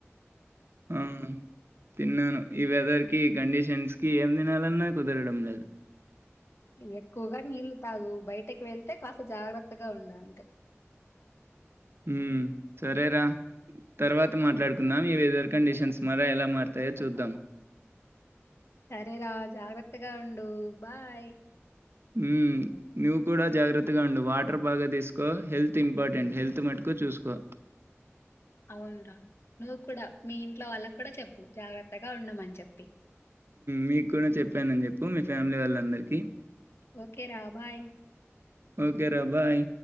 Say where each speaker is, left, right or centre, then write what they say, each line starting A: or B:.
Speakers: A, on the right; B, on the left.
A: ఆ తిన్నాను ఈ వెదర్ కి కండిషన్స్ కి ఏం తినాలన్నా కుదరడం లేదు
B: ఎక్కువగా నీళ్లు తాగు బయటకి వెళ్తే కాస్త జాగ్రత్తగా ఉండంతే
A: ఉ సరేరా తర్వాత మాట్లాడుకుందాం ఈ వెదర్ కండిషన్స్ మర ఎలా మారతాయో చూద్దాం
B: సరే రా జాగ్రత్తగా ఉండు బాయ్
A: ఉ నువ్వు కూడా జాగ్రత్తగా ఉండు వాటర్ బాగా తీసుకో హెల్త్ ఇంపార్టెంట్ హెల్త్ మటుకు చూసుకో
B: అవును రా నువ్వు కూడా మీ ఇంట్లో వాళ్ళకు కూడా చెప్పు జాగ్రత్తగా ఉండమని చెప్పి
A: మీకు కూడా చెప్పానని చెప్పు మీ ఫ్యామిలీ వాళ్ళందరికీ
B: ఓకేరా బాయ్
A: ఓకే రా బాయ్